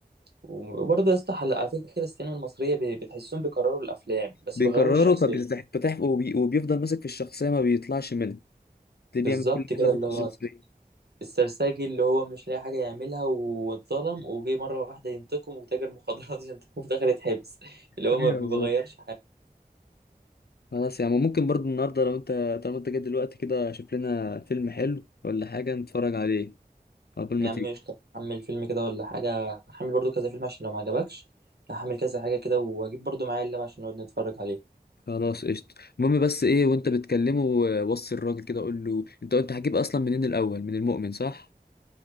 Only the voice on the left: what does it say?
بيكرره
فبيتفتح وبي... وبيفضل ماسك في الشخصية ما بيطلعش منها ده
بيعمل كل
حاجة
في
الشخصية
ايوه
بالظبط
خلاص يعني ممكن برضو النهارده لو انت طالما انت جاي دلوقتي كده شوف لنا فيلم حلو ولا حاجة نتفرج عليه قبل
ما تيجي
خلاص قشطة المهم بس ايه وانت بتكلمه وصي الراجل كده قول له انت انت هتجيب اصلا منين الاول من المؤمن صح